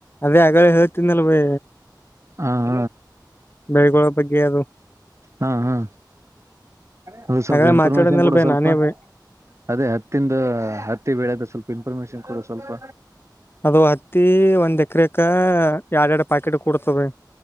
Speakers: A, on the left; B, on the right.
A: ಆವಾಗ್ಲೇ ಹೇಳಿತೀದ್ನಲ್ಲ ಬೈ
B: ಹಾ ಹ
A: ಬೆಳಿಗಳ ಬಗ್ಗೆ ಅದು
B: ಹಾ ಹಾ. ಅದು ಸ್ವಲ್ಪ
A: ಆಗಳೇ
B: ಇನ್ಫಾರ್ಮೇಶನ್
A: ಮಾತಾಡನಲ್
B: ಕೊಡು
A: ಬೈ
B: ಸ್ವಲ್ಪ.
A: ನಾನೇ ಬೈ
B: ಅದೇ ಹತ್ತಿಂದ ಹತ್ತಿ ಬೆಳದ ಸ್ವಲ್ಪ ಇನ್ಫಾರ್ಮೇಶನ್ ಕೊಡ ಸ್ವಲ್ಪ.
A: ಅದು ಹತ್ತಿ ಒಂದ್ ಎಕರೆ ಎರಡ್ ಎರಡ್ ಪ್ಯಾಕೆಟ್ ಕೊಡ್ತದೆ.